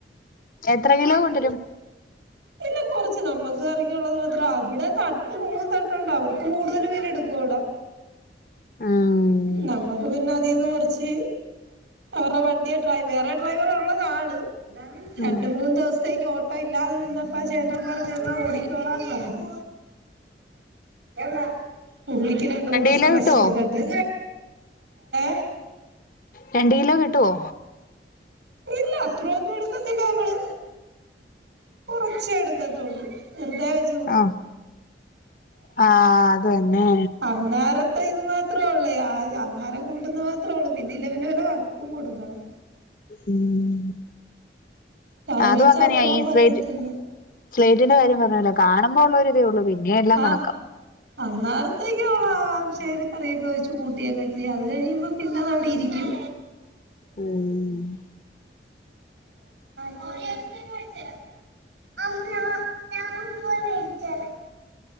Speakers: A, on the right; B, on the left.
A: ണ്ടാകും
B: എത്ര കിലോ കൊണ്ടുവരും
A: ഇല്ല കുറച്ച് നമ്മുക്ക് കറിക്കുള്ളത് മാത്രം. അവിടെ തട്ട് മൂന്ന് തട്ടുണ്ട്, അവർക്ക് കൂടുതൽ മീന എടുക്കുക ഇവിടാ
B: ആഹ
A: നമ്മുക്ക് പിന്നെ അതിൽന്ന് കുറച്ച് അവരുടെ വണ്ടിയ വേറെ ഡ്രൈവർള്ളതാണ് രണ്ട്
B: ഉം
A: മൂന്ന് ദിവസത്തേക്ക് ഇപ്പ ഇല്ലാതെ നിന്നപ്പോ ആ ചേട്ടൻ പറഞ്ഞ എന്നാ ഓടിക്കോണന്ന് പറഞ്ഞു എന്ന പുള്ളിക്ക് രണ്ട് മൂന്ന് ദിവസം
B: കിലോ
A: റസ്റ്റ്
B: കിട്ടുവോ
A: എടുക്കാ <unintelligible>
B: രണ്ട് കിലോ കിട്ടുവോ
A: ഇല്ല അത്ര ഒന്നും എടുക്കത്തില്ല നമ്മള് കൊറച്ചേ എടുക്കത്തൊള്ളു. വെറുതെവെച്ച്
B: ആഹ് ആ അത് തന്നെ
A: അന്നേരത്തെ ഇത് മാത്രമേ ഉള്ളു അന്നേരം കൂട്ടുന്നത് മാത്രേ ഉള്ളൂ പിന്നെ ഇല്ലെ പിന്നെ വല്ല വറുത്തും കൊടുക്കണം
B: ഉം
A: കറി
B: അതും
A: വെച്ച
B: അങ്ങനെയാ
A: അത്രയും
B: ഈ
A: പറ്റത്തില്ല
B: സ്ട്രേറ്റ് സ്ലേറ്റിന്റെ കാര്യം പറഞ്ഞല്ലോ കാണുമ്പോ ഉള്ള ഒരിതേ ഉള്ളൂ പിന്നെയെല്ലാം
A: ആഹ്
B: കണക്കാം
A: അന്നേരത്തേക്ക് അവള് ആകാംക്ഷയില് കറിയൊക്കെ വെച്ചു കൂട്ടിയൊക്കെ വെച്ച് അത് കഴിയുമ്പോ പിന്നതവിടിരിക്കും
B: ഉം
A: കോഴിയിറച്ചി തന്നെ മേടിച്ചു തരാം <inaudible>